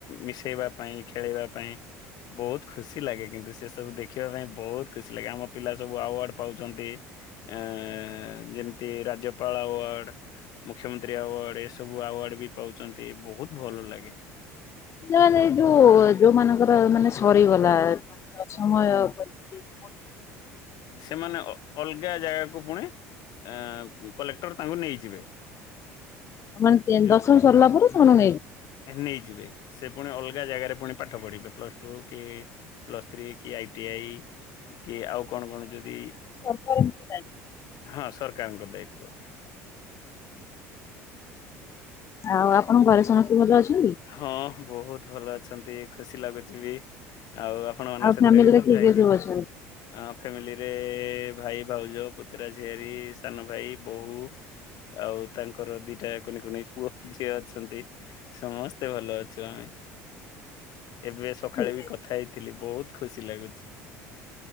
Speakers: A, on the left; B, on the left.
A: ମିଶେଇବା ପାଇଁ ଖେଳେଇବା ପାଇଁ ବହୁତ ଖୁସି ଲାଗେ କିନ୍ତୁ ସେ ସବୁ ଦେଖିବା ପାଇଁ ବହୁତ ଖୁସି ଲାଗେ ଆମ ପିଲା ସବୁ ଆୱାର୍ଡ ପାଉଛନ୍ତି ଆ ଯେମିତି ରାଜ୍ୟପାଳ ଆୱାର୍ଡ ମୁଖ୍ୟମନ୍ତ୍ରୀ ଆୱାର୍ଡ। ଏ ସବୁ ଆୱାର୍ଡ ବି ପାଉଛନ୍ତି ବହୁତ ଭଲ ଲାଗେ।
B: ମାନେ ଏଇ ଯୋଉ ଯୋଉ ମାନଙ୍କର ମାନେ ସରିଗଲା ମାନେ ଦସମ <unintelligible>
A: ସେମାନେ ଅ ଅଲଗା ଜାଗାକୁ ପୁଣି ଅ କଲେକ୍ଟର ତାଙ୍କୁ ନେଇଯିବେ।
B: ମାନେ ଟେଣ୍ଡର୍ସ
A: ଯୋଉ
B: ସରିଲା ପରେ ସେମାନଙ୍କୁ ନେଇଜୀ
A: ନେଇଯିବେ ସେ ପୁଣି ଅଲଗା ଜାଗାରେ ପୁଣି ପାଠ ପଢିବେ। ପ୍ଲସ ଟୁ କି ପ୍ଲସ୍ ଥ୍ରୀ କି ଆଇଟି ଆଇ କି ଆଉ କଣ କଣ ଯଦି
B: ସରକାରଙ୍କୁ
A: ହଁ ସରକାରଙ୍କ ଦାୟିତ୍ୱ।
B: ଆଉ ଆପଣଙ୍କ ଘରେ ସମସ୍ତେ ଭଲ ଅଛନ୍ତି?
A: ହଁ ବୋହୁତ ଭଲ ଅଛନ୍ତି ଖୁସି ଲାଗୁଚି ବି, ଆଉ ଆପଣ ମାନଙ୍କ
B: ଆଉ
A: ସେଥିରେ
B: ଫ୍ୟାମିଲିରେ
A: ବି କଥା
B: କିଏ
A: ହେଇକି।
B: କିଏ ସବୁ ଅଛନ୍ତି?
A: ଆ ଫ୍ୟାମିଲିରେ ଭାଇ ଭାଉଜ ପୁତୁରା ଝିଆରୀ ସାନ ଭାଇ ବୋଉ। ଆଉ ତାଙ୍କର ଦିଟା କୁନି କୁନି ପୁଅ ଝିଅ ଅଛନ୍ତି, ସମସ୍ତ ଏତେ ଭଲ ଅଛୁ ଆମେ, ଏବେ ସକାଳେ
B: ଠିକ୍
A: ବି
B: ଅଛି।
A: କଥା ହେଇଥିଲି ବୋହୁତ ଖୁସି ଲାଗୁଚି।